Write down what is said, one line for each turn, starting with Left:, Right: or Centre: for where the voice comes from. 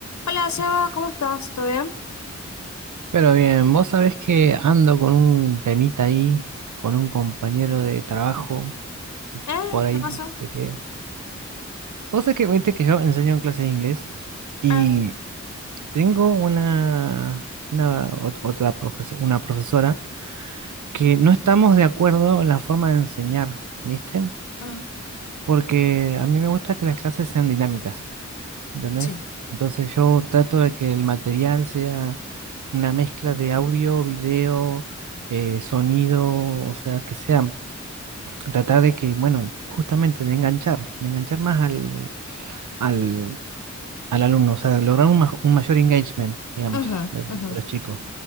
Left: Hola Seba, ¿cómo estás? ¿Todo bien?
Right: Pero bien, vos sabés que ando con un temita ahí, con un compañero de trabajo, y
Left: ¿Eh?
Right: por ahí
Left: ¿Qué pasó?
Right: te quedé. Vos sabés que, viste que yo enseño en clases de inglés y
Left: Eh,
Right: tengo una, una ot- otra profeso- una profesora que no estamos de acuerdo en la forma de enseñar, ¿viste?
Left: mm,
Right: Porque a mí me gusta que las clases sean dinámicas. ¿entendés?
Left: sí.
Right: Entonces yo trato de que el material sea una mezcla de audio, video, eh, sonido, o sea, que sea, tratar de que, bueno, justamente de enganchar, de enganchar más al, al, al alumno, o sea, lograr un, ma- un mayor engagement, digamos,
Left: Ujú,
Right: de, de
Left: ujú,
Right: los chicos.